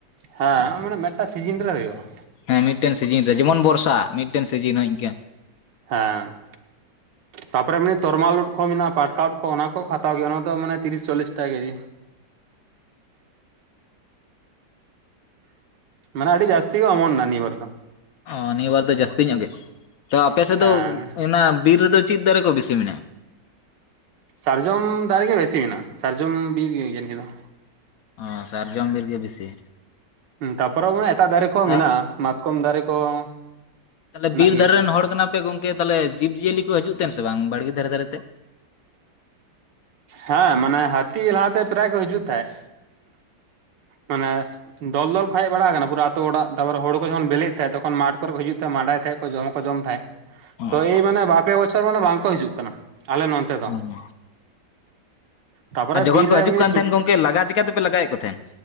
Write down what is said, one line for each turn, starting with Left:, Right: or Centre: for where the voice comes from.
Right: ᱦᱮᱸ ᱢᱟᱱᱮ ᱢᱤᱫᱴᱟᱝ ᱥᱤᱡᱤᱱ ᱨᱮ ᱦᱩᱭᱩᱜ-ᱟ᱾
Left: ᱦᱮᱸ, ᱢᱤᱫᱴᱮᱱ ᱥᱤᱡᱤᱱ ᱨᱮ ᱡᱮᱢᱚᱱ ᱵᱚᱨᱥᱟ ᱢᱤᱫᱴᱮᱱ ᱥᱤᱡᱤᱱ ᱦᱳᱭ ᱤᱱᱠᱟᱹ᱾
Right: ᱦᱮᱸ᱾ ᱛᱟᱨᱯᱚᱨᱮ <unintelligible> ᱛᱚᱨᱢᱟᱞ ᱩᱫ ᱠᱚ ᱢᱮᱱᱟᱜ-ᱟ ᱯᱟᱴᱠᱟ ᱩᱫ ᱠᱚ ᱚᱱᱟ ᱠᱚᱦᱚᱸ ᱠᱚ ᱦᱟᱛᱟᱣ ᱜᱮᱭᱟ, ᱚᱱᱟ ᱫᱚ ᱢᱟᱱᱮ ᱛᱤᱨᱤᱥ ᱪᱟᱞᱞᱤᱥ ᱴᱟᱠᱟ ᱠᱮᱡᱤ᱾ ᱢᱟᱱᱮ ᱟᱹᱰᱤ ᱡᱟᱹᱥᱛᱤ ᱠᱚ ᱚᱢᱚᱱᱱᱟ ᱱᱤᱭᱟᱹ ᱵᱟᱨ ᱫᱚ᱾
Left: ᱚ, ᱱᱤᱭᱟᱹ ᱵᱟᱨ ᱫᱚ ᱡᱟᱹᱥᱛᱤ ᱧᱚᱜ ᱜᱮ᱾ ᱛᱚ ᱟᱯᱮ ᱥᱮᱫ
Right: ᱦᱮᱸ
Left: ᱫᱚ ᱚᱱᱟ ᱵᱤᱨ ᱨᱮᱫᱚ ᱪᱮᱫ ᱫᱟᱨᱮ ᱠᱚ ᱵᱤᱥᱤ ᱢᱮᱱᱟᱜ-ᱟ?
Right: ᱥᱟᱨᱡᱚᱢ ᱫᱟᱨᱮᱜᱮ ᱵᱮᱥᱤ ᱢᱮᱱᱟᱜ-ᱟ, ᱥᱚᱨᱡᱚᱢ ᱵᱤᱨ ᱜᱮ ᱱᱤᱭᱟᱹ ᱫᱚ᱾
Left: ᱚ, ᱥᱟᱨᱡᱚᱢ ᱵᱤᱨ ᱜᱮ ᱵᱮᱥᱤ᱾
Right: ᱛᱟᱨᱯᱚᱨᱮ ᱢᱟᱱᱮ ᱮᱴᱟᱜ ᱫᱟᱨᱮ ᱠᱚᱦᱚᱸ
Left: ᱟᱨ
Right: ᱢᱮᱱᱟᱜ-ᱟ᱾ ᱢᱟᱛᱠᱚᱢ ᱫᱟᱨᱮ ᱠᱚᱦᱚᱸ
Left: ᱛᱟᱦᱚᱞᱮ
Right: ᱢᱮᱱᱟᱜ
Left: ᱵᱤᱨ
Right: ᱜᱮᱭᱟ᱾
Left: ᱫᱷᱟᱨᱮ ᱨᱮᱱ ᱦᱚᱲ ᱠᱟᱱᱟ ᱯᱮ ᱜᱚᱝ ᱛᱟᱦᱚᱞᱮ ᱡᱤᱵ-ᱡᱤᱭᱟᱹᱞᱤ ᱠᱚ ᱦᱤᱡᱩᱜ ᱛᱟᱦᱮᱱ ᱥᱮ ᱵᱟᱝ ᱵᱟᱲᱜᱮ ᱫᱷᱟᱨᱮ ᱫᱷᱟᱨᱮ ᱛᱮ?
Right: ᱦᱮᱸ ᱢᱟᱱᱮ ᱦᱟᱹᱛᱤ ᱞᱟᱦᱟᱛᱮ ᱯᱨᱟᱭ ᱠᱚ ᱦᱤᱡᱩᱜ ᱛᱟᱦᱮᱸᱜ᱾ ᱢᱟᱱᱮ ᱫᱚᱞ-ᱫᱚᱞ ᱠᱚ ᱦᱮᱡ ᱵᱟᱲᱟ ᱟᱠᱟᱱᱟ ᱯᱩᱨᱟᱹ ᱟᱛᱳ ᱚᱲᱟᱜ, ᱛᱟᱨᱯᱚᱨᱮ ᱦᱳᱲᱳ ᱠᱚ ᱡᱚᱠᱷᱚᱱ ᱵᱮᱞᱮᱜ ᱛᱟᱦᱮᱸᱜ ᱛᱚᱠᱷᱚᱱ ᱢᱟᱴᱷ ᱠᱚᱨᱮ ᱠᱚ ᱦᱤᱡᱩᱜ ᱛᱟᱦᱮᱸ ᱢᱟᱰᱟᱭ ᱛᱟᱦᱮᱸᱜ᱾ ᱡᱚᱢ ᱦᱚᱸᱠᱚ ᱡᱚᱢ ᱛᱟᱦᱮᱸᱫ
Left: ᱦᱮᱸ
Right: ᱛᱚᱭ ᱢᱟᱱᱮ ᱵᱟᱨᱯᱮ ᱵᱚᱪᱷᱚᱨ ᱢᱟᱱᱮ ᱵᱟᱝᱠᱚ ᱦᱤᱡᱩᱜ ᱠᱟᱱᱟ, ᱟᱞᱮ ᱱᱚᱛᱮ ᱫᱚ᱾
Left: ᱦᱮᱸ
Right: ᱛᱟᱯᱚᱨᱮ
Left: ᱟᱨ ᱡᱚᱠᱷᱚᱱ
Right: ᱵᱤᱨ
Left: ᱠᱚ
Right: ᱨᱮ
Left: ᱦᱤᱡᱩᱜ
Right: ᱮᱢᱱᱤ
Left: ᱠᱟᱱ ᱛᱟᱦᱮᱸᱱ ᱜᱚᱝᱠᱮ ᱞᱟᱜᱟ ᱪᱮᱠᱟᱛᱮᱯᱮ ᱞᱟᱜᱟᱭᱮᱫ ᱠᱚ ᱛᱟᱦᱮᱸᱫ?